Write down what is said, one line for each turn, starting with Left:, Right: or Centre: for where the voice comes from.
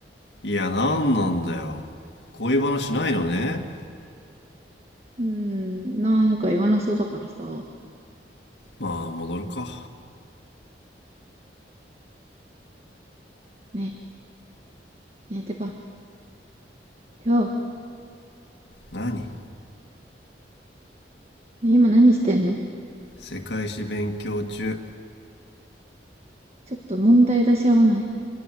Left: いやなんなんだよ恋話ないのね
Right: う。うーん、なんか言わなそうだからさ。
Left: まあ戻るか
Right: ねえ、ねえ、てば、今日、
Left: 何
Right: ね今何してんの
Left: 世界史勉強中
Right: ちょっと問題出し合わない